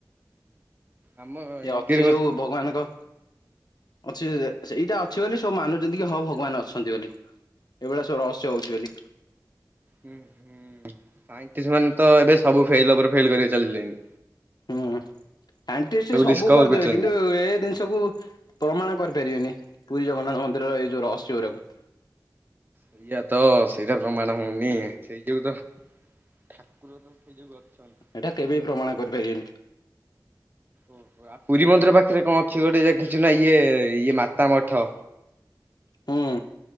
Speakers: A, on the right (about 25°); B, on the left (about 65°).
A: ଆମ
B: ଇଏ
A: ଇଣ୍ଡିଆରେ
B: ଅଛି
A: ହୁଁ
B: ଯୋଉ ଭଗବାନଙ୍କ ଅଛି ଜେଜେ ସେଇଟା ଅଛି ବୋଲି ସବୁ ମାନୁଛନ୍ତି କି ହଁ ଭଗବାନ ଅଛନ୍ତି ବୋଲି। ଏ ଭଳିଆ ସବୁ ରହସ୍ୟ ହଉଚି ବୋଲି
A: ଉଁ ହୁଁ ସାଇଣ୍ଟିସ୍ ମାନେ ତ ଏବେ ସବୁ ଫେଲ୍ ଉପରେ ଫେଲ୍ କରି ଚାଲିିଲେଣୀ।
B: ଉଁ ସାଇଣ୍ଟିସି ସବୁ
A: ଡିସକଭର
B: କରିଦେବେ
A: କରୁଛନ୍ତି।
B: କିନ୍ତୁ ଏ ଜିନି ଷକୁ ପ୍ରମାଣ କରିପାରିବେନି ପୁରୀ ଜଗନ୍ନାଥ ମନ୍ଦିରର ଏଇ ଯୋଉ ରହସ୍ୟ ଗୁଡାକୁ।
A: ସେଇଆ ତ ସେଇଟା ପ୍ରମାଣ ହଉନି ସେଇ ଯୋଗୁ ତ ଠାକୁର ତ ସେଇ ଯୋଗୁ ଅଛନ୍ତି।
B: ଏଇଟା କେବେ ବି ପ୍ରମାଣ କରିପାରିବେନି?
A: ଓ ପୁରୀ ମନ୍ଦିର ପାଖରେ କଣ ଅଛି ଗୋଟେ ଦେଖିଚୁ ନା ଇଏ ଇଏ ମାତା ମଠ?
B: ହୁଁ।